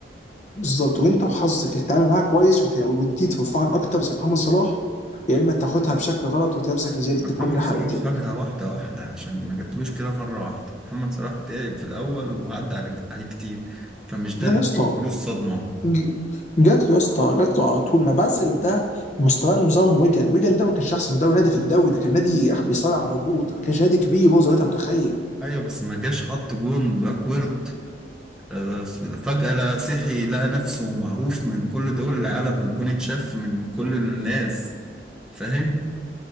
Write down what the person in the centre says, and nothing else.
محمد
صلاح
خدها واحدة واحدة عشان ما جاتلوش كده مرة واحدة محمد صلاح تعب في الأول وعدى على- عليه كتير فمش
ده اللي
هيجيله الصدمة
ايوه بس ما جاش حط جون باكورد آه، فجأة لا صحي لقى نفسه معروف من كل دول العالم والجون اتشاف من كل الناس فاهم